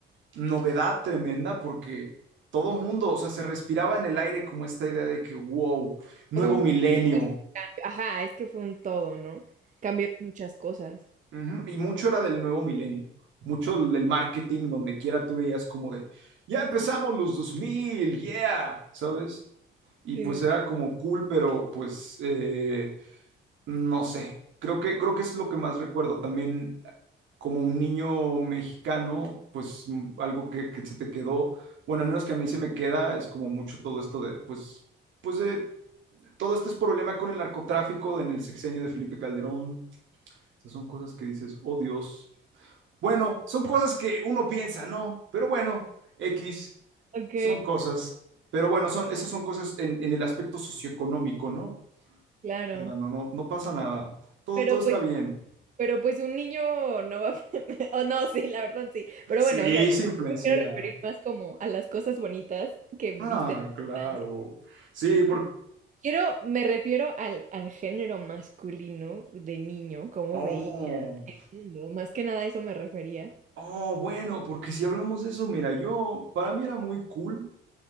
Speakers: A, on the right; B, on the right.
A: novedad tremenda porque todo mundo, o sea, se respiraba en el aire como esta idea de que, wow, nuevo
B: Como un
A: milenio
B: supuesto cambio. Ajá, es que fue un todo, ¿no? Cambiaron muchas cosas.
A: Ujú, Y mucho era del nuevo milenio, mucho del marketing, donde quiera tú veías como de, ya empezamos los dos mil yeah, ¿sabes? Y
B: Sí,
A: pues era
B: sí, sí.
A: como cool, pero pues eh, no sé, creo que, creo que es lo que más recuerdo. También como un niño mexicano, pues mm, algo que, que se te quedó, bueno, al menos que a mí se me queda, es como mucho todo esto de, pues, pues de todo este es problema con el narcotráfico en el sexenio de Felipe Calderón. Esas son cosas que dices, oh Dios. Bueno, son cosas que uno piensa, ¿no? Pero bueno, X,
B: Ok,
A: son cosas. Pero bueno, son, esas son cosas en, en el aspecto socioeconómico, ¿no?
B: claro.
A: O sea, no, no, no pasa nada. Todo,
B: Pero
A: todo está
B: pues,
A: bien.
B: pero pues un niño no va a... <laughs> O no, sí, la verdad sí. Pero
A: Sí,
B: bueno, o sea, yo
A: se influencia.
B: me quiero referir más como a las cosas bonitas que viviste
A: Ah,
B: en
A: claro.
B: la infancia.
A: Sí, porque...
B: Quiero, me refiero al, al género masculino de niño, cómo
A: Oh,
B: veía el mundo. Más que nada a eso me refería.
A: oh, bueno, porque si hablamos de eso, mira, yo, para mí era muy cool,